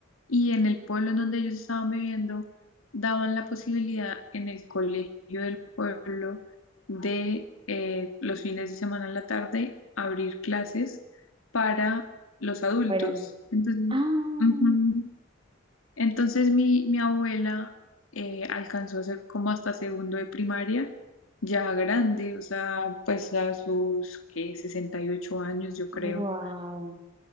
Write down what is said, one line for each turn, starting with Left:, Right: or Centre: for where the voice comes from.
Left: y en el pueblo en donde ellos estaban viviendo daban la posibilidad en el colegio del pueblo de eh, los fines de semana en la tarde abrir clases para los adultos.
Right: Fueron.
Left: Entonces,
Right: Ah,
Left: ujú, entonces mi, mi abuela eh, alcanzó a ser como hasta segundo de primaria, ya grande, o sea, pues a sus, ¿qué? sesenta y ocho años, yo creo,
Right: wow.